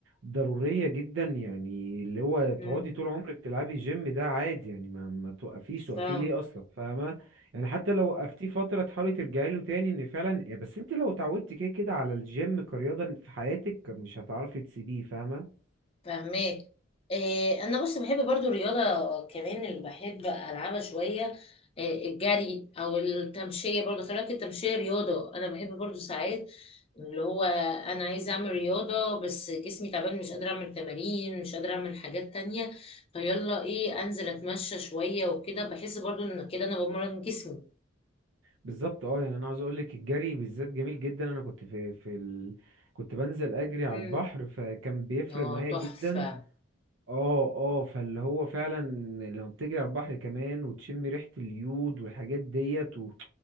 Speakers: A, on the right (about 70°); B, on the left (about 30°).
A: ضرورية جدا يعني اللي هو تقعدي
B: امم
A: طول عمرك تلعبي الجيم ده عادي يعني ما ما توقفيش توقفيه
B: فاهم
A: ليه اصلا فاهمة يعني حتى لو وقفتيه فترة تحاولي ترجعي له تاني ان فعلا يا بس انت لو اتعودتي كده كده على الجيم كرياضة في حياتك مش هتعرفي تسيبيه فاهمة
B: فاهمك إيه انا بص بحب برضو الرياضه كمان اللي بحب العبها شويه إيه الجري او التمشيه برضو خلي بالك التمشيه رياضه انا بحب برضو ساعات اللي هو انا عايزه اعمل رياضه بس جسمي تعبان مش قادره اعمل تمارين مش قادره اعمل حاجات تانية فيلا ايه انزل اتمشى شويه وكده بحس برضو ان كده انا بمرن جسمي
A: بالظبط اه يعني انا عاوز اقولك الجري بالذات جميل جدا انا كنت في في ال... كنت بنزل اجري على
B: امم
A: البحر فكان بيفرق
B: اه
A: معايا
B: تحفه
A: جدا اه اه فاللي هو فعلا لما بتجري على البحر كمان وتشم ريحة اليود والحاجات ديت و...